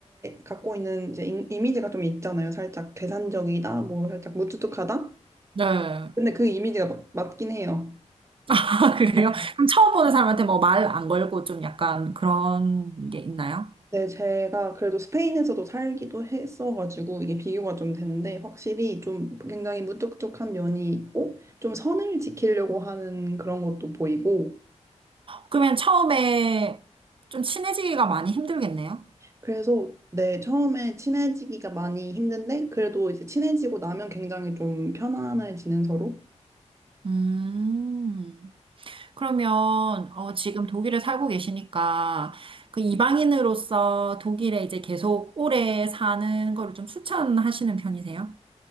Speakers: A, on the right; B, on the right.
A: 갖고 있는 이제 이- 이미지가 좀 있잖아요. 살짝 계산적이다, 뭐 살짝 무뚝뚝하다.
B: 네. <laughs>
A: 근데 그 이미지가 맞, 맞긴 해요.
B: 아, 그래요?
A: 어.
B: 그럼 처음 보는 사람한테 뭐 말 안 걸고 좀 약간 그런 게 있나요?
A: 네, 제가 그래도 스페인에서도 살기도 했어가지고 이게 비교가 좀 되는데 확실히 좀 굉장히 무뚝뚝한 면이 있고 좀 선을 지키려고 하는 그런 것도 보이고
B: 그러면 처음에 좀 친해지기가 많이 힘들겠네요?
A: 그래서 네, 처음에 친해지기가 많이 힘든데 그래도 이제 친해지고 나면 굉장히 좀 편안해지는 서로.
B: 음. 그러면 어, 지금 독일에 살고 계시니까 그 이방인으로서 독일에 이제 계속 오래 사는 거를 좀 추천하시는 편이세요?